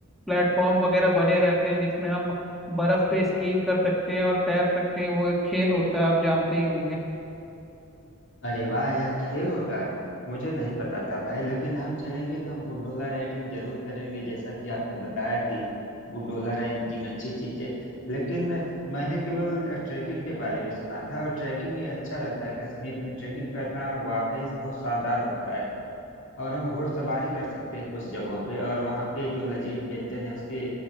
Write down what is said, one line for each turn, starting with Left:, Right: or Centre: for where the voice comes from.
Centre: प्लेटफॉर्म वगैरह बने रहते हैं जिसमें हम बर्फ पे स्कीइंग कर सकते हैं और तैर सकते हैं वो एक खेल होता है आप जानते ही होंगे
Left: अरे वाह यह खेल होता है मुझे नहीं पता था भाई लेकिन हम चलेंगे तो हम गुंडोला राइडिंग जरूर करेंगे जैसा कि आपने बताया कि गुंडोला राइडिंग अच्छी चीज है लेकिन मैंने केवल ट्रैकिंग के बारे में सुना था और ट्रैकिंग ये अच्छा रहता है कश्मीर में ट्रैकिंग करना वाकई बहुत शानदार होता है और हम घोड़सवारी कर सकते हैं कुछ जगहों पे और वहाँ के जो लजीज व्यंजन है उसके